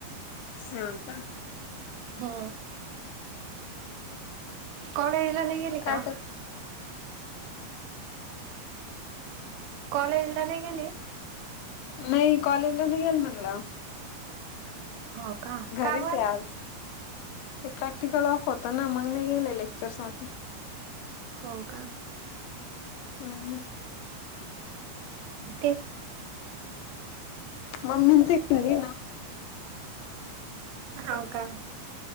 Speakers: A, on the left; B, on the right.
A: हो कां
B: हा कॉलेजला नाही गेले
A: काय
B: का?
A: कर
B: कॉलेजला नाही गेली?
A: नाही कॉलेजला नाही येेलं म्हणलं
B: हो का
A: घरीच
B: का बर?
A: आहे आज. ते प्रॅक्टिकल ऑफ होत ना मग नाही गेले लेक्चर साठी
B: हो कां
A: हम्म
B: ते
A: मम्मी न ते घरी आहे ना
B: हो का